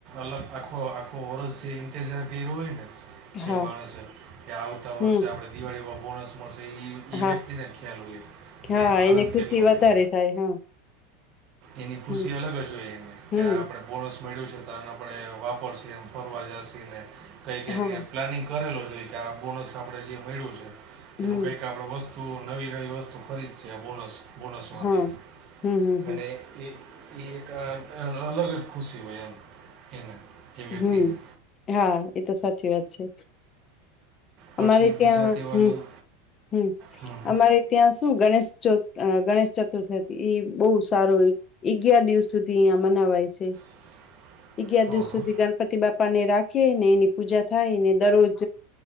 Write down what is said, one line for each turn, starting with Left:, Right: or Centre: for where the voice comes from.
Right: અલગ આખો આખો વર્ષ જે ઇતેજાર કર્યો હોય ને છે
Left: હા
Right: માણસ કે આવતા
Left: હમ
Right: વર્ષે આપણે દિવાળીમાં બોનસ મળશે એ એ
Left: હા
Right: વ્યક્તિને ખ્યાલ હોય
Left: હા
Right: કે એનો આનંદ
Left: એને ખુશી
Right: કેટલો
Left: વધારે
Right: હોય
Left: થાય હા
Right: એની ખુશી
Left: હમ
Right: અલગ જ હોય એને
Left: હમ
Right: કે આ આપડણે બોનસ મળ્યું છે તો આપ વાપરશ એમ ફરવા જશ ને કઈ ક
Left: હા
Right: પ્લાનિંગ કરેલો જોઈ કે આ બોનસ આપણે જે મળ્યું છે એનું
Left: હમ
Right: કંઈક આપણે વસ્તુ તુ નવી નવી વસ્તુ ખરીદશે બોનસ બોનસમાંથી
Left: હા હમ હમ હમ
Right: અને એ એ એક અલગ જ ખુશી હોય એમ એને એ વ્યક્તિને
Left: હમ હા એતો સાચી વાત છે
Right: પછી
Left: અમારે ત્યાં
Right: બીજા તહેવારની
Left: હમ હમ
Right: હં હં
Left: અમારે ત્યાં શું ગણેશ ગણેશ ચતુર્થથી બહુ સારું અગિયાર દિવસ સુધી અહં મનાવાય છે
Right: <inaudible>
Left: અગિયાર
Right: હં
Left: દિવસ
Right: હં
Left: સુધી ગણપતિ બાપા ને રાખે ને એની પૂજા થાયને દરરોજ